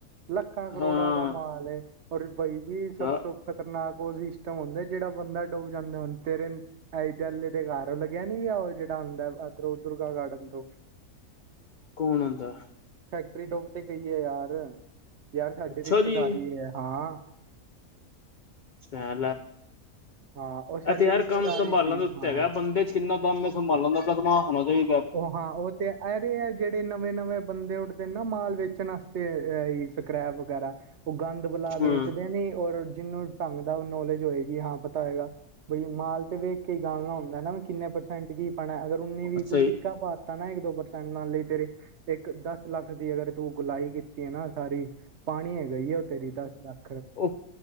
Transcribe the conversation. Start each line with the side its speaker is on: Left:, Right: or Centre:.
Right: ਲੱਖਾਂ ਕਰੋੜਾਂ
Left: ਹਾਂ
Right: ਦਾ ਮਾਲ ਐ। ਔਰ ਬਾਈ ਜੀ ਸਭ
Left: ਯਾਰ
Right: ਤੋਂ ਖਤਰਨਾਕ ਉਹ ਸਿਸਟਮ ਹੁੰਦਾ ਜਿਹੜਾ ਬੰਦਾ । ਡੁੱਬ ਜਾਂਦੇ ਹੁਣ । ਤੇਰੇ ਇਧਲੇ ਦੇ ਘਰ ਲੱਗਿਆ ਨੀ ਵੀ ਉਹ ਜਿਹੜਾ ਆਉਂਦਾ ਉਧਰੋਂ ਦੁਰਗਾ ਗਾਰਡਨ ਤੋਂ । <unintelligible>
Left: ਕੌਣ ਹੁੰਦਾ?
Right: ਪਰੀ ਟੋਪ ਤੇ ਗਈ ਹੈ ਯਾਰ । ਯਾਰ ਸਾਡੀ
Left: ਅੱਛਾ
Right: ਰਿਸ਼ਤੇਦਾਰੀ
Left: ਜੀ
Right: ਹੈ ਹਾਂ।
Left: <inaudible> ਇਹ
Right: ਹਾਂ ਉਹ ਸਾਡੀ
Left: ਤਾਂ ਯਾਰ
Right: ਰਿਸ਼ਤੇਦਾਰੀ
Left: ਕੰਮ ਸੰਭਾਲਣ
Right: ਸੀ
Left: ਦੇ ਉੱਤੇ
Right: ਹਾਂ
Left: ਹੈਗਾ । ਬੰਦੇ ਚ ਕਿੰਨਾ ਦਮ ਹੈ ਸੰਭਾਲਣ ਦਾ ਦਮ ਹੋਣਾ ਚਾਹੀਦਾ ।
Right: ਉਹ ਹਾਂ ਉਹ ਤੇ ਇਹ ਰਹੇ ਆ । ਜਿਹੜੇ ਨਵੇਂ ਨਵੇਂ ਬੰਦੇ ਉੱਠਦੇ ਨਾ ਮਾਲ ਵਿੱਚ । ਕ੍ਰਿਪਟ ਵਾਸਤੇ ਸਕ੍ਰੈਪ ਵਗੈਰਾ ਉਹ ਗੰਦ ਬਲਾ
Left: ਹੂੰ
Right: ਵੇਚਦੇ ਨੇ ਔਰ । ਜਿਹਨੂੰ ਢੰਗ ਨਾਲ ਨੌਲੇਜ ਹੋਏਗੀ । ਹਾਂ ਪਤਾ ਹੋਏਗਾ ਬਈ ਮਾਲ ਤੇ ਵੇਖ । ਗਾਲਣਾ ਹੁੰਦਾ ਨਾ ਕਿੰਨੇ ਪਰਸੈਂਟ ਕੀ ਪਾਣਾ ਅਗਰ ਉਨੀ ਵੀ
Left: ਸਹੀ
Right: ਤੂੰ ਸਿੱਕਾ ਪਾ ਤਾਂ ਨਾ ਇੱਕ ਦੋ ਪਰਸੈਂਟ ਨਾਲ ਤੇਰੇ ਇੱਕ ਦਸ ਲੱਖ ਦੀ ਅਗਰ ਤੂੰ ਗੁਲਾਈ ਕੀਤੀ ਹੈ ਨਾ ਸਾਰੀ ਪਾਣੀ ਹੈ ਗਈ ਆ ਉਹ ਤੇਰੀ ਦਸ ਲੱਖ ।
Left: ਉਹ